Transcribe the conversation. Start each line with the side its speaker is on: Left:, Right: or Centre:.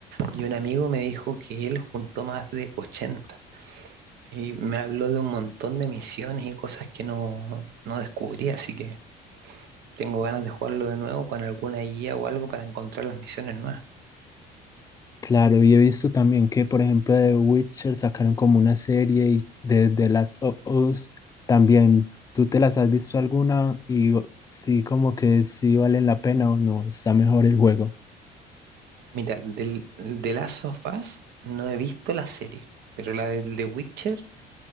Right: Y un amigo me dijo que él juntó más de 80 y me habló de un montón de misiones y cosas que no, no descubrí, así que tengo ganas de jugarlo de nuevo con alguna guía o algo para encontrar las misiones nuevas.
Left: Claro, y he visto también que, por ejemplo, de Witcher sacaron como una serie y de The Last of Us también. ¿Tú te las has visto alguna? Y o- sí, como que sí valen la pena o no, está mejor el juego.
Right: Mira, del, de Last of Us no he visto la serie, pero la de The Witcher